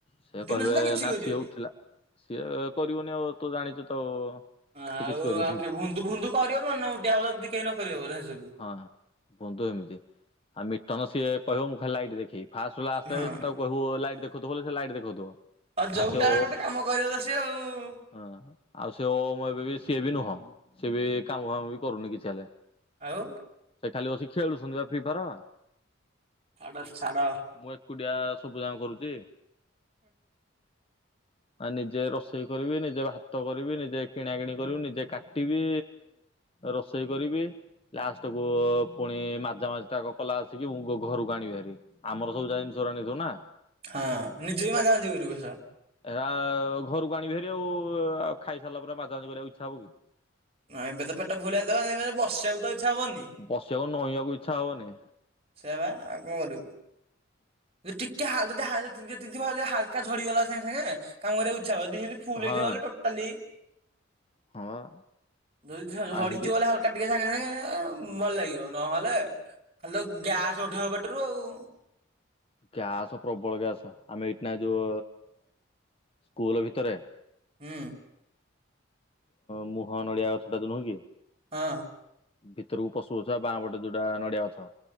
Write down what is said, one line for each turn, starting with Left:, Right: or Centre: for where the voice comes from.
Left: ସେ
Right: ଦିନ
Left: କହିବେ
Right: ସାରା କିଛି
Left: ନା
Right: କରିବନି
Left: ସିଏ ଉଠିଲା ସିଏ କରିବନି ଆଉ ତୁ ଜାଣିଛୁ ତ?
Right: ଆଉ
Left: ସେ କିଛି କରିବନି
Right: ଆଉ ବୁନ୍ଦୁ ଫୁନ୍ଦୁ କରିବ ମନୋବୁଟିଆ କେହି ନକିବ ସବୁ।
Left: ହଁ ବୁନ୍ଧୁ ଏମିତି ଆଉ ମିଟନ ସିଏ କହିବ ମୁଁ ଖାଲି ଲାଇଟ୍ ଦେଖେଇବି। ଫାଷ୍ଟ ରୁ ଲାଷ୍ଟ
Right: ହଁ
Left: ଆସେ ତାକୁ କହିବୁ ଲାଇଟ୍ ଦେଖଥିବ ସେ ଲାଇଟ୍ ଦେଖଉଥିବ
Right: ଯୋଉଟା
Left: ଆଉ ସେ
Right: ଗୋଟେ କାମ କରିବ ତ ସେ ଆଉ।
Left: ହଁ ଆଉ ସେ ଓଁ ଏବେ ବି ସିଏ ବି ନୁହଁ ସିଏ ବି କାମ ଫାମ ବି କରୁନି କିଛି ହେଲେ।
Right: ଆଉ
Left: ସେ ଖାଲି ବସି ଖେଳୁଛନ୍ତି ବା ଫ୍ରି ଫାୟାର।
Right: ଆଉ ଛାଡ ଛାଡ
Left: ମୁଁ ଏକୁଟିଆ ସବୁ ଯାକ କରୁଛି। ଆଉ ନିଜେ ରୋଷେଇ କରିବି ନିଜ ନିଜେ ଭାତ କରିବି ନିଜେ କିଣା କିିଣି କରିବି ନିଜେ କାଟିବି ରୋଷେଇ କରିବି। ଲାଷ୍ଟ କୁ ପୁଣି ମାଜା ମାଜା ତା କଲା ଆସିକି ମୁଁ ଘରକୁ ଆଣିବି ଭାରି। ଆମର ସବୁ ଜିନିଷ ଗୋରା ନେଇଥିବୁ ନା?
Right: ହଁ ନିଜେ ବି ମାଯା ମୁଜି କରିବୁ।
Left: ଏ ରା ଘରକୁ ଆଣିବି ଭାରି ଖାଇସାରିଲା ପରେ ମାଜାମଜି କରିବାକୁ ଇଚ୍ଛା ହବ କି?
Right: ଏମିତି ତ ପେଟ ଫୁଲୁ ହେଇଯାଇଥିବ ଏମିତି ବସିବାକୁ ଇଛା ହବନି।
Left: ବସିବାକୁ ନଇବାକୁ ଇଚ୍ଛା ହବନି।
Right: ସେବା ଆଉ କଣ କରିବୁ। ଟିକେ ହା ଟିକେ ହାଲକା ଝଡିଗଲା ସାଙ୍ଗେ ସାଙ୍ଗେ କାମ କରିବାକୁ ଇଛା ହ ଫୁଲ
Left: ହଁ
Right: ହେଇଥିବ ବୋଲି ଟୋଟାଳି
Left: ହଁ
Right: ଯଦି
Left: ଆ
Right: ଝଡି
Left: ଏମିତି
Right: ବୋଲି ହା କାଟ ଟିକେ ସାଙ୍ଗେ ସାଙ୍ଗେ ଭଲ ଲାଗିବ। ନହଲେ ଖାଲିତ ଗ୍ୟାସ୍ ଉଠେଇବ ପେଟରୁ ଆଉ।
Left: ଗ୍ୟାସ ପ୍ରବଳ ଗ୍ୟାସ ଆମେ ଏଇଠି ନା ଯୋଉ ସ୍କୁଲ ଭିତରେ
Right: ହୁଁ।
Left: ମୁହଁ ନଡ଼ିଆ ଗଛଟା ଯଉ ନୁହଁ କି?
Right: ହଁ।
Left: ଭିତରକୁ ପଶୁ ପଶୁକା ବାଁ ପଟେ ଯୋଉଟା ନଡିଆ ଅଛ।